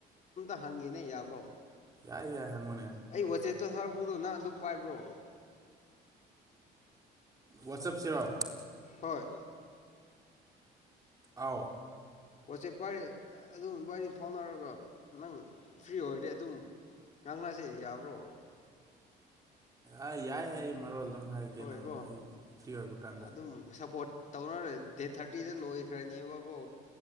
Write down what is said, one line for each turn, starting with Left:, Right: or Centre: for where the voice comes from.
Left: ꯍꯡꯒꯦꯅꯦ ꯌꯥꯕ꯭ꯔꯣ
Right: ꯌꯥꯏ ꯌꯥꯏ ꯍꯡꯒꯦꯅꯦ
Left: ꯑꯩ ꯋꯥꯆꯦꯠꯇ ꯁꯥꯔꯛꯄꯗꯣ ꯅꯡ ꯑꯗꯨꯝ ꯄꯥꯏꯕ꯭ꯔꯣ
Right: ꯋꯥꯆꯞꯁꯤꯔꯣ
Left: ꯍꯣꯏ
Right: ꯑꯣ
Left: ꯋꯥꯆꯦꯞ ꯄꯥꯏꯔꯦ ꯑꯗꯨꯝ ꯋꯥꯔꯤꯕꯥꯅꯤ ꯐꯥꯎꯅꯔꯒ ꯅꯡ ꯐ꯭ꯔꯤ ꯑꯣꯏꯔꯗꯤ ꯑꯗꯨꯝ ꯉꯥꯡꯅꯁꯦ ꯌꯥꯕ꯭ꯔꯣ
Right: ꯑ ꯌꯥꯏ ꯍꯥꯏ ꯃꯔꯣꯜ ꯑꯗꯨꯝ ꯍꯥꯏꯔꯛꯀꯦ
Left: ꯍꯣꯏꯀꯣ
Right: ꯅꯪ ꯑꯩ ꯐ꯭ꯔꯤ ꯑꯣꯏꯕ ꯀꯥꯟꯗ
Left: ꯑꯗꯨꯝ ꯁꯞꯄꯣꯔꯠ ꯇꯧꯅꯔꯦ ꯗꯦꯠ ꯊꯥꯔꯇꯤꯗ ꯂꯣꯏꯈ꯭ꯔꯅꯦꯕꯀꯣ